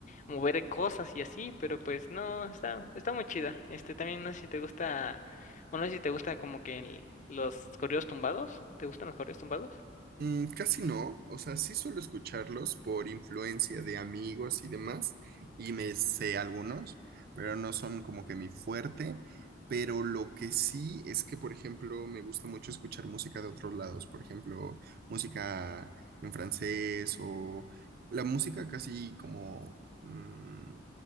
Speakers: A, on the left; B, on the right.
A: mover cosas y así, pero pues no, está está muy chida. Este también no sé si te gusta o no sé si te gusta como que el- los corridos tumbados, ¿te gustan los corridos tumbados?
B: Mm, casi no, o sea, sí suelo escucharlos por influencia de amigos y demás, y me sé algunos, pero no son como que mi fuerte, pero lo que sí es que, por ejemplo, me gusta mucho escuchar música de otros lados, por ejemplo, música en francés o la música casi como mm,